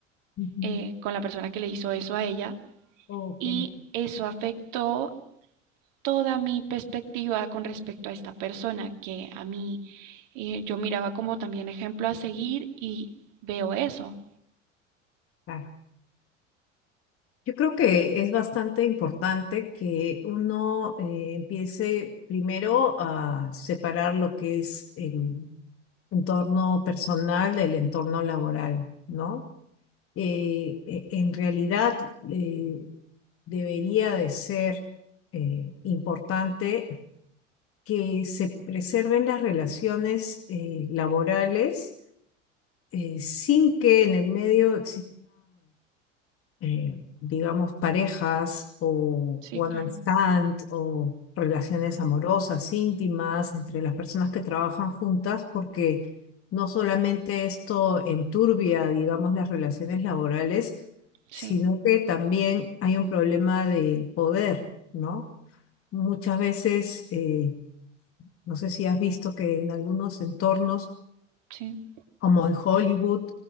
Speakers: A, on the left (about 35°); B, on the right (about 50°).
A: ujú.
B: eh, con la persona que le hizo eso a ella,
A: Ok,
B: y eso afectó toda mi perspectiva con respecto a esta persona que a mí eh, yo miraba como también ejemplo a seguir y veo eso.
A: claro. Yo creo que es bastante importante que uno eh, empiece primero a separar lo que es el entorno personal del entorno laboral, ¿no? Eh, e- en realidad eh, debería de ser eh, importante que se preserven las relaciones eh, laborales eh, sin que en el medio eh, digamos, parejas o
B: Sí,
A: one
B: claro.
A: night stand o relaciones amorosas, íntimas, entre las personas que trabajan juntas, porque no solamente esto enturbia, digamos, las relaciones laborales,
B: Sí,
A: sino que también hay un problema de poder, ¿no? Muchas veces, eh, no sé si has visto que en algunos entornos,
B: sí,
A: como en Hollywood,